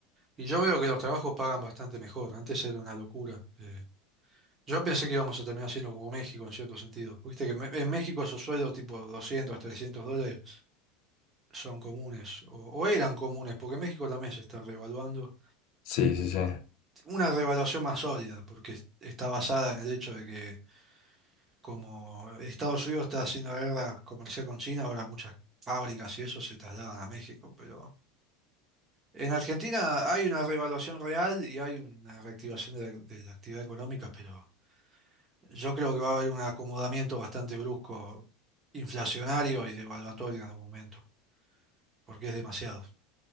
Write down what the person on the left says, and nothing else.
Sí, sí, sí.